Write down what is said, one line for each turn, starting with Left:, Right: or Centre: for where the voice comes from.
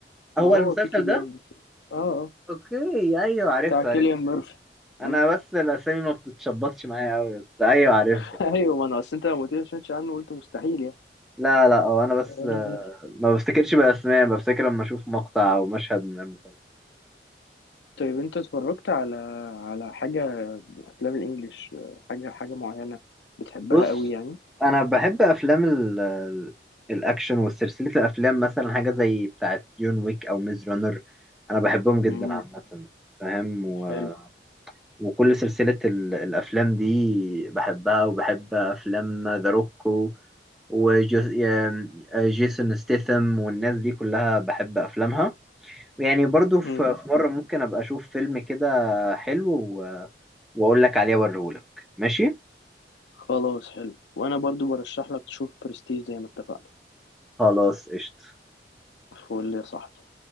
Centre: هو
Left: ما هو
Centre: المسلسل
Left: بيكي بلايندرز
Centre: ده
Left: اه اه
Centre: أوكي أيوه عرفته
Left: بتاع كيليان
Centre: عرفته
Left: ميرفي مم.
Centre: أنا بس الأسامي ما بتتشبطش معايا أوي بس أيوه عرفته
Left: <laughs> ايوه ما انا اصل انت لما قلت لي ما سمعتش عنه قلت مستحيل يعني.
Centre: لا لا هو انا بس
Left: آه،
Centre: آه، ما بفتكرش باسماء بفتكر لما اشوف مقطع او مشهد من المسلسل
Left: طيب انت اتفرجت على على حاجة افلام الانجليش آه، حاجة حاجة معينة بتحبها
Centre: بص
Left: قوي يعني
Centre: انا بحب افلام ال ال- الاكشن وسلسله الافلام مثلا حاجه زي بتاعه جون ويك او ميز رانر انا بحبهم جدا
Left: امم
Centre: عامه فاهم و...
Left: حلو
Centre: وكل سلسله ال... الافلام دي بحبها وبحب افلام ذا روك وجيسون ستيثم والناس دي كلها بحب افلامها يعني برضو في
Left: امم
Centre: في مرة ممكن أبقى أشوف فيلم كده حلو و... وأقول لك عليه وأوريهولك ماشي
Left: خلاص حلو وانا برضو برشح لك تشوف برستيج زي ما اتفقنا
Centre: خلاص قشطة
Left: فقول لي يا صاحبي